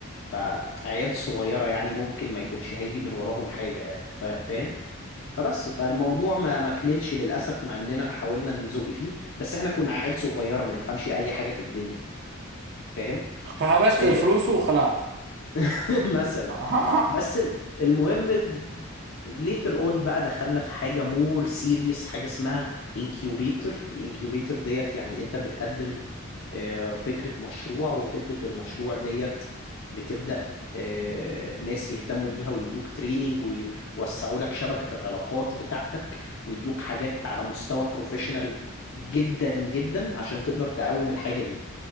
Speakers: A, on the left; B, on the right.
A: فعيال صغيره يعني ممكن ما يكونش هيجي من وراهم حاجه يعني فا- فاهم فبس فالموضوع ما ما كملش للاسف مع اننا حاولنا نزق فيه بس احنا كنا عيال صغيره ما نفهمش اي حاجه في الدنيا فاهم
B: فهبشت
A: آه،
B: الفلوس وخلعت
A: <laughs> مثلا
B: <laughs>
A: بس ال- المهم later on بقى دخلنا في حاجة more serious حاجة اسمها incubator الانكيوبيتور ديت يعني انت بتقدم آه، فكرة مشروع وفكرة المشروع ديت بتبدأ آه، ناس يهتموا بيها ويدوك تريننج ويوسعوا لك شبكة العلاقات بتاعتك ويدوك حاجات على مستوى بروفيشنال جدا جدا عشان تقدر تقوم الحاجة دي